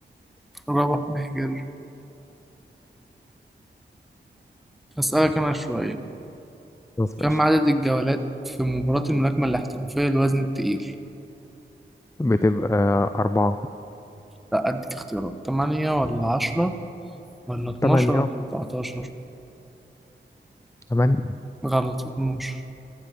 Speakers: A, in the centre; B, on the left (about 15°).
A: رابح مهجر هسألك أنا شوية
B: خلاص
A: كم
B: ماشي
A: عدد الجولات في مباراة الملاكمة الاحترافية للوزن التقيل؟
B: بتبقى أربعة
A: لا أديك اختيارات تمانية ولا عشرة ولا اتناشر
B: تمانية
A: ولا أربعتاشر
B: تمانية
A: غلط اتناشر